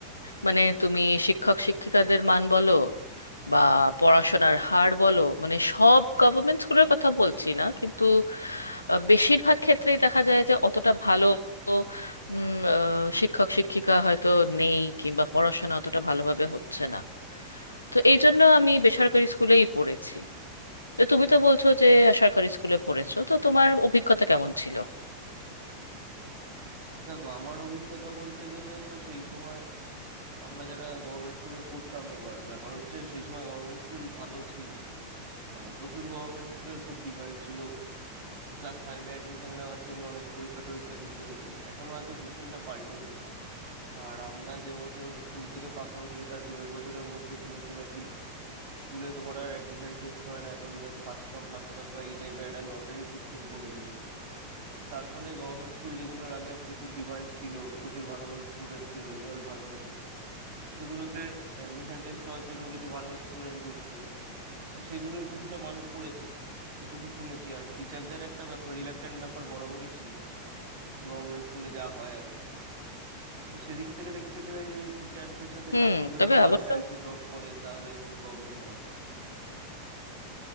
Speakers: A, on the left; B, on the right.
A: মানে তুমি শিক্ষক শিক্ষিকাদের মান বলো বা পড়াশোনার হার বলো মানে সব গভর্নমেন্ট স্কুলের কথা বলছি না কিন্তু আহ, বেশিরভাগ ক্ষেত্রেই দেখা যায় যে অতটা ভালো উম, আহ, শিক্ষক শিক্ষিকা হয়তো নেই কিংবা পড়াশোনা অতটা ভালোভাবে হচ্ছে না তো এই জন্য আমি বেসরকারি স্কুলেই পড়েছি তো তুমি তো বলছো যে সরকারি স্কুলে পড়েছো তো তোমার অভিজ্ঞতা কেমন ছিল
B: দেখো আমার অভিজ্ঞতা বলতে গেলে তো সেই সময় আমরা যারা গভর্নমেন্ট স্কুলে পড়তাম এবার ব্যাপার হচ্ছে সেই সময় গভর্নমেন্ট স্কুল ভালো ছিল মানে প্রচুর গভর্নমেন্ট স্কুলের খুব ডিমান্ড ছিল ক্লাস ফাইভে অ্যাডমিশন নেওয়ার জন্য অনেক পরীক্ষা টরীক্ষা দিতে হতো এখন হয়তো সিস্টেমটা পাল্টেছে আর আমরা যে বছর স্কুল থেকে পাস আউট হই তার দু এক বছরের মধ্যে শুনেছি নাকি স্কুলে তোমার আর অ্যাডমিশন টেস্ট হয় না এখন just first come first serve বা এই টাইপের একটা লটারি সিস্টেম করে দিয়েছে তার ফলে গভর্নমেন্ট স্কুল যেগুলোর আগে প্রচুর ডিমান্ড ছিল প্রচুর ভালো ভালো স্টুডেন্ট ছিল রেজাল্ট ভালো হতো সেগুলোতে অ্যাডমিশন টেস্ট হওয়ার জন্য কিছু ভালো স্টুডেন্ট ঢুকতো আর সেগুলোর কিছুটা মান পড়েছে এটুকু শুনেছি আর টিচারদের একটা ব্যাপার রিলাক্ট্যান্ট ব্যাপার বরাবরই ছিল গভর্নমেন্ট স্কুলে যা হয় আর কি তো সেদিক থেকে দেখতে গেলে যে টিচারদের সাথে
A: হুম
B: ছাত্রদেরও
A: তবে
B: মানটা
A: অবশ্য
B: একটু ড্রপ করে তাহলে একটু প্রবলেম হয়